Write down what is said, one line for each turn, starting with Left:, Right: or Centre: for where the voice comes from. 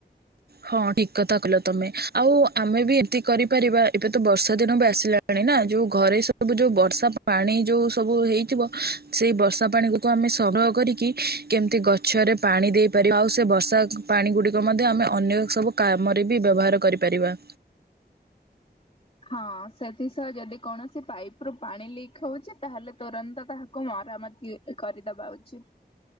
Right: ହଁ ଠିକ କଥା କିଲ ତମେ ଆଉ ଆମେ ବି ଏମିତି କରିପାରିବା ଏବେ ତ ବର୍ଷା ଦିନ ବି ଆସିଲାଣି ପାଣି ନା ଯୋଉ ଘରେ ସବୁ ଯୋଉ ବର୍ଷା ପାଣି ଯୋଉ ସବୁ ହେଇଥିବ ସେଇ ବର୍ଷା ପାଣିକୁ କୁ ଆମେ ସଂଗ୍ରହ କରିକି କେମିତି ଗଛରେ ପାଣି ଦେଇପାରିବା ଆଉ ସେ ବର୍ଷା ପାଣି ଗୁଡିକ ମଧ୍ୟ ଆମେ ଅନ୍ୟ ସବୁ କାମରେ ବି ବ୍ୟବହାର କରିପାରିବା
Left: ହଁ ସେଥିସହ ଯଦି କୌଣସି ପାଇପ ରୁ ପାଣି ଲିକ୍ ହଉଛି ତାହେଲେ ତୁରନ୍ତ ତାହାକୁ ମରାମତି କରିଦବା ଉଚିତ